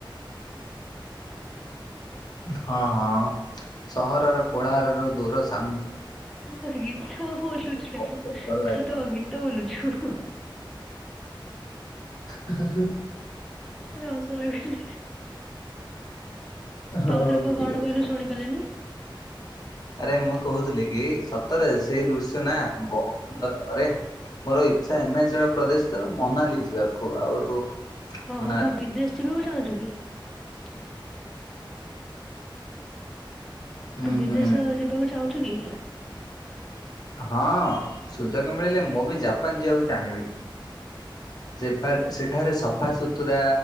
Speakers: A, in the centre; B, on the left (about 50°).
A: <inaudible>
B: ହଁ ହଁ ସହରର କୋଳାହର ଦୂର ଶା
A: ତ ଗୀତ ବୋଲୁଛୁ ତାଙ୍କୁ
B: ବହୁତ ଭଲ ଲାଗିବ।
A: ତୁ କଣ ଗୀତ ବୋଲୁଛୁ?
B: ହ <inaudible>
A: ମତେ ହସ ଲାଗୁ
B: ହଉ
A: ଆଉ ଥରେ କୁହ
B: ଠିକ
A: କଣ
B: ଅଛି।
A: କହିଲୁ ଶୁଣି ପାରିଲିନି?
B: ଆରେ ମୁଁ କହୁଥିଲି କି ସତରେ ସେଇ ଦୃଶ୍ୟ ନା ବହୁତ ସୁନ୍ଦର ହବରେ। ମୋର ଇଚ୍ଛା ହିମାଚଳ ପ୍ରଦେଶ ମନାଲି ଯିବାକୁ ଆଉରୁ
A: ଓହୋ
B: ମନା
A: ତୁ ବିଦେଶ ଯିବାକୁ ଚାହୁଁଚୁ କି?
B: ହୁଁ
A: ତୁ ବିଦେଶ
B: ହୁଁ
A: ଯିବାକୁ ଚାହୁଁଚୁ କି?
B: ହଁ ସୁଯୋଗ ମିଳିଲେ ମୁଁ ବି ଜାପାନ ଯିବାକୁ ଚାହିଁବି। ସେଫା ସେଠାରେ ସଫା ସୁୁତୁରା